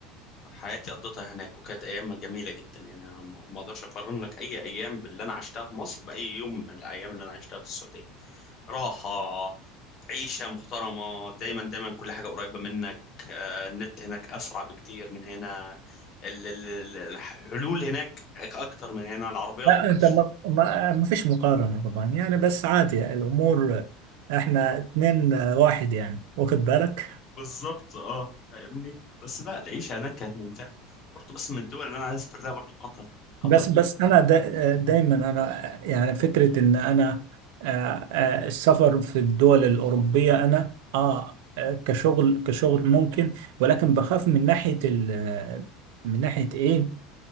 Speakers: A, on the left (about 30°); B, on the right (about 75°).
A: حياتي قضيتها هناك وكانت ايام جميله جدا يعني أنا ما ما اقدرش اقارن لك اي ايام باللي انا عشتها في مصر باي يوم من الايام اللي انا عشتها في السعوديه راحه عيشه محترمه دايما دايما كل حاجه قريبه منك آه، النت هناك اسرع بكتير من هنا ال- ال- ال- الحلول هناك أك- اكتر من هنا العربيات
B: لا
A: ممكن
B: انت
A: تشتري
B: ما, ما, ما فيش مقارنة طبعا يعني بس عادي الامور احنا اتنين واحد يعني واخد بالك
A: بالظبط اه فاهمني بس لا العيشه هناك كانت ممتعه برضه بس من الدول اللي انا عايز اسافر لها برضه قطر قطر
B: بس بس انا دا دايما انا يعني فكره ان انا آه، آه، السفر في الدول الاوروبيه انا اه آه، كشغل كشغل ممكن ولكن بخاف من ناحيه ال من ناحيه ايه